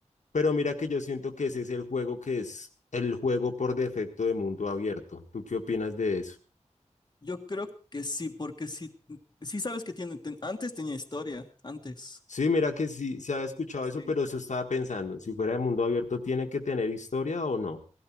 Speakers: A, on the left; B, on the left.
A: Pero mira que yo siento que ese es el juego que es el juego por defecto de mundo abierto. ¿Tú qué opinas de eso?
B: Yo creo que sí, porque sí, sí sabes que tiene, ten- antes tenía historia, antes.
A: Sí, mira que sí, se había escuchado
B: Sí.
A: eso, pero eso estaba pensando, si fuera de mundo abierto, ¿tiene que tener historia o no?